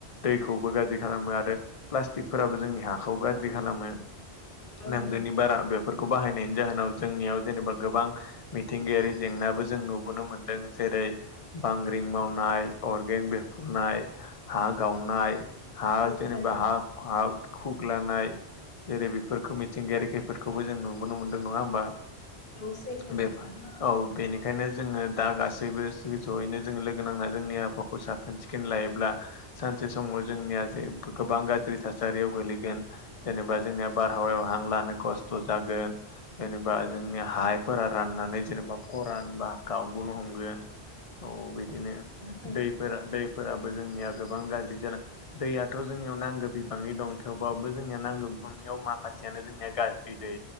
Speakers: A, on the left; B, on the left.
A: दैखौबो गाज्रि खालामो आरो प्लास्टिकफोराबो जोंनि हाखौ गाज्रि खालामो
B: औ
A: नांगौनि
B: नोंथां
A: बारा बेफोरखौ बाहायनायनि जाहोनाव जोंनियाव जेनेबा गोबां मिथिंगायारि जेंनाबो जों नुबोनो मोनदों जेरै बांग्रिं मावनाय अरगें बेरफ्रुनाय हा गावनाय- ह
B: औ
A: जेनबा
B: थारैनो
A: हा ह खुग्लानाय जेरै बेफोरखौ मिथिंगायारि खैफदफोरखौबो जों नुबोनो मोन्दों नङा होमबा।
B: न सैथो
A: बे
B: नोंथां
A: औ बेनिखायनो जोङो दा गासैबो ज'यैनो जो लोगो नांना जोंनि आब'हा खौ साखोन सिखोन लायोब्ला- सानसे समाव जोंनिया जे गोबां गाज्रि थासारियाव गोलैगोन जेनेबा जोंनिया बारहावायाव हां लानो खस्थ' जागोन जेनेबा जोंनि हायफोरा राननानै जेनेबा खरान बा गावबोननो हमगोन औ बिदिनो
B: नोंथां थारै
A: दै दैफोराबो जोंनिया गोबां गाज्रि जालां दैयाथ' जोंनियाव नांगौ बिबाङनि दं थेवबाबो जोंनिया नांगौनियाव माखासेयानो जोंनिया गाज्रि दै